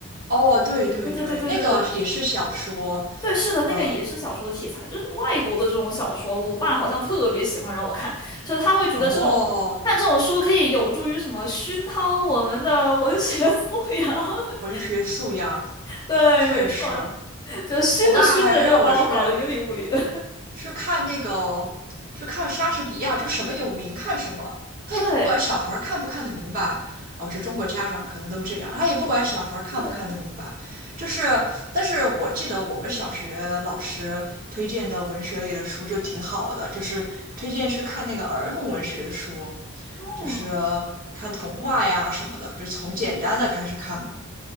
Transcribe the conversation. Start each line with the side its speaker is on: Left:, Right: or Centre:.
Right: 哦，对对对，
Left: 对对对对对对，
Right: 那个也是小说，
Left: 对，是的，那个也是小说的题材，
Right: 呃，
Left: 就是外国的这种小说，我爸好像特别喜欢让我看，就是他会觉得这种看这种书可以有助于什么熏陶我们的文学素养。
Right: 哦，
Left: <laughs>
Right: 文学素养
Left: 对，
Right: 确实。
Left: 没错，就熏着熏着就把我搞得云里雾里的。
Right: 我爸还让我去去看那个去看莎士比亚，就什么有名看什么，他也不管小孩儿看不看得明白。
Left: 对
Right: 哦，这中国家长可能都这样，他也不管小孩儿看不看得明白。
Left: 对，
Right: 就是，但是我记得我们小学老师推荐的文学类的书就挺好的，就是推荐去看那个儿童文学的书，
Left: 嗯，
Right: 就是看童话呀什么的，就从简单的开始看嘛。